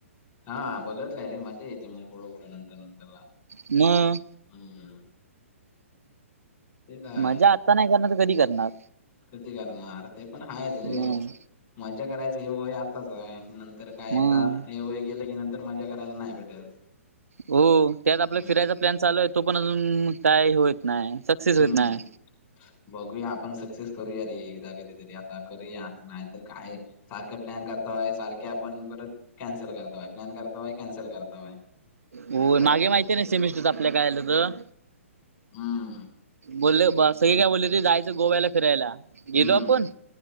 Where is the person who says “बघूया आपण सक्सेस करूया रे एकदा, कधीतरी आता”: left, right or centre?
Left